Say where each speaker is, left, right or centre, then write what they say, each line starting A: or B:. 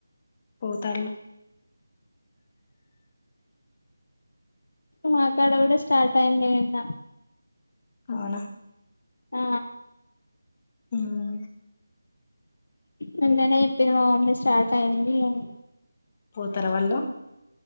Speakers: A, on the left; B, on the left.
A: పోతళ్లు
B: మాకాడ కూడా స్టార్ట్ అయింది నిన్న
A: అవునా
B: ఆ
A: ఉమ్
B: నిన్ననే చెప్పిది మా మమ్మీ స్టార్ట్ అయింది అని
A: పోతర వాళ్లు